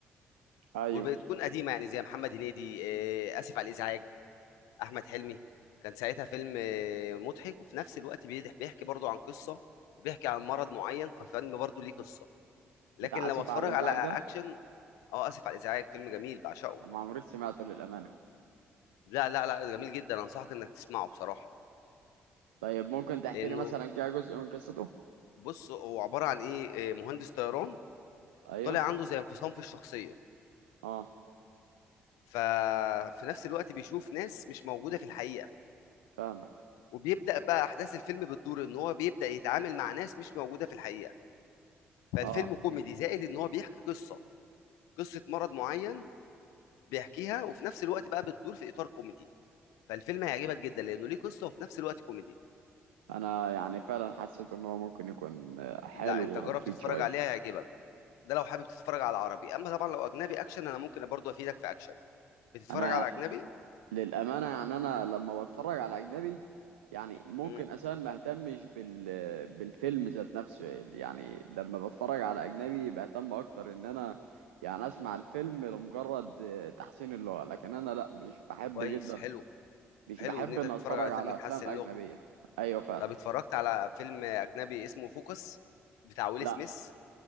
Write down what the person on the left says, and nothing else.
وبتكون قديمه يعني زي محمد هنيدي آه، اسف على الازعاج احمد حلمي كان ساعتها فيلم آه، مضحك وفي نفس الوقت بيضح- بيحكي برضو عن قصه وبيحكي عن مرض معين ففيلم برضو ليه قصه لكن
لو
اتفرج
على اكشن
اه اسف على الازعاج فيلم جميل بعشقه
لا لا لا جميل جدا انصحك انك تسمعه بصراحه
لانه
بص هو عبارة عن إيه إيه، مهندس طيران
طالع عنده زي انفصام في الشخصية
ففي نفس الوقت بيشوف ناس مش موجودة في الحقيقة
وبيبدأ بقى أحداث الفيلم بتدور إن هو بيبدأ يتعامل مع ناس مش موجودة في الحقيقة فالفيلم
كوميدي زائد إن هو بيحكي قصة قصة مرض معين بيحكيها وفي نفس الوقت بقى بتدور في إطار كوميدي فالفيلم هيعجبك جدا لأنه ليه قصة وفي نفس الوقت كوميدي
لا أنت جرب
تتفرج
عليها هيعجبك ده لو حابب تتفرج على عربي أما طبعا لو أجنبي أكشن أنا ممكن برضه أفيدك في أكشن بتتفرج
على أجنبي؟
مم.
كويس
حلو
حلو
ان انت
تتفرج
على
فيلم تحسن
لغه
طب اتفرجت على فيلم اجنبي اسمه فوكس بتاع ويل
سميث